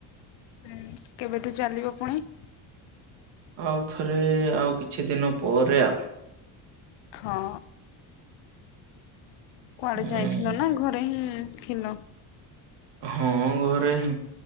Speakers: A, on the left; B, on the right.
A: ହୁଁ କେବେଠୁ ଚାଲିବ ପୁଣି?
B: ଆଉଥରେ ଆଉ କିଛି ଦିନ ପରେ ଆଉ।
A: ହଁ। କୁଆଡେ
B: ଉଁ
A: ଯାଇଥିଲ ନା ଘରେ ହିଁ ଥିଲ।
B: ହଁ ଘରେଁ